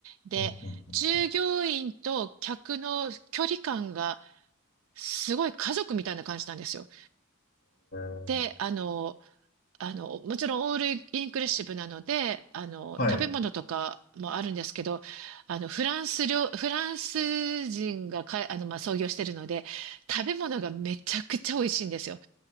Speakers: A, on the right; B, on the left.
A: で、
B: うん、うん。
A: 従業員と客の距離感がすごい家族みたいな感じなんですよ。
B: へー
A: で、あの、あの、もちろんオールインクルーシブなので、あの、
B: はい。
A: 食べ物とかもあるんですけど、あの、フランス料、フランス人がかい、あの、まあ、創業してるので、食べ物がめちゃくちゃ美味しいんですよ。